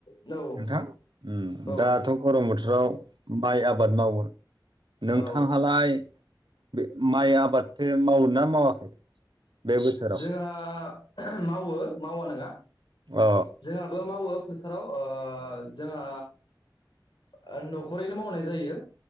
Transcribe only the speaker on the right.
नोंथां ओम
दाथ' गरम बोथोराव माइ आबाद मावो। नोंथांहालाय
बे माइ आबादथो मावो ना मावाखै बे बोसोराव
अ